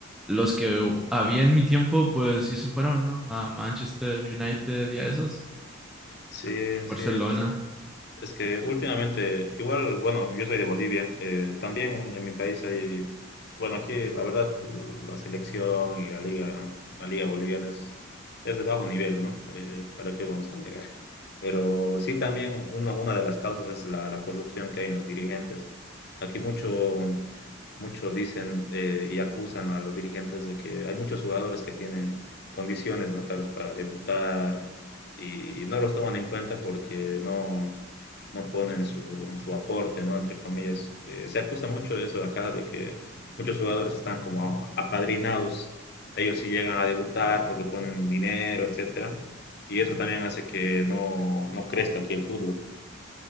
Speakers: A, in the centre; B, on the left.
A: los que había en mi tiempo, pues sí se fueron, ¿no? A Manchester United y a esos,
B: Sí,
A: Barcelona.
B: sí, es- Es que últimamente, igual, bueno, yo soy de Bolivia, eh, también en mi país hay, bueno, aquí la verdad la selección y la liga, la liga boliviana es, es de bajo nivel, ¿no? Eh, ¿para qué vamos a negar? Pero sí también una, una de las causas es la, la corrupción que hay en los dirigentes. Aquí mucho, mucho dicen eh, y acusan a los dirigentes de que hay muchos jugadores que tienen condiciones, ¿no? Tal vez para debutar y no los toman en cuenta porque no no ponen su, su aporte, ¿no? Entre comillas. Eh, se acusa mucho de eso acá, de que muchos jugadores están como apadrinados. Ellos sí llegan a debutar porque ponen dinero, etcétera. Y eso también hace que no, no crezca aquí el fútbol.